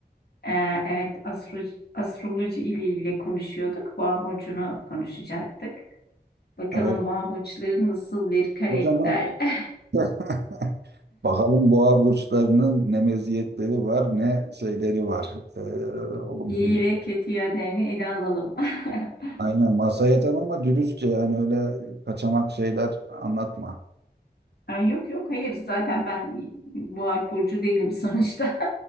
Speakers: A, on the left; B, on the right.
A: Ee, evet, astro, astroloji ile ilgili konuşuyorduk. Boğa burcunu konuşacaktık. Bakalım
B: Evet,
A: boğa burçları nasıl bir karakter?
B: o zaman
A: <laughs>
B: <laughs> bakalım boğa burçlarının ne meziyetleri var, ne şeyleri var. Ee, olumsuzluk.
A: İyi ve kötü yönlerini ele alalım. <laughs>
B: Aynen masaya yatan ama dürüstçe yani öyle kaçamak şeyler anlatma.
A: Ay, yok yok hayır zaten ben boğa burcu değilim sonuçta.